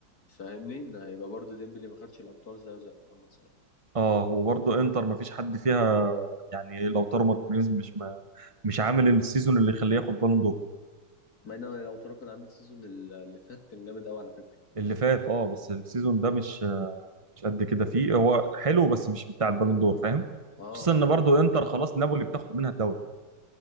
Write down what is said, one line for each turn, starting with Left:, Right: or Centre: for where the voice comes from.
Left: فاهمني ان هيبقى برضو ديمبلي ما خدش الابطال زي زي محمد صلاح
Right: اه وبرضه انتر ما فيش حد فيها يعني لو تارو مارتينيز مش ما مش عامل السيزون اللي يخليه ياخد بالون دور
Left: مع ان لو ترى كان عامل سيزون ال- اللي فات كان جامد قوي على فكره
Right: اللي فات اه بس السيزون ده مش مش قد كده فيه هو حلو بس مش بتاع البالون دور فاهم
Left: اه
Right: خصوصا ان
Left: اه لا
Right: برضه
Left: لا
Right: انتر
Left: خالص
Right: خلاص نابولي بتاخد منها الدوري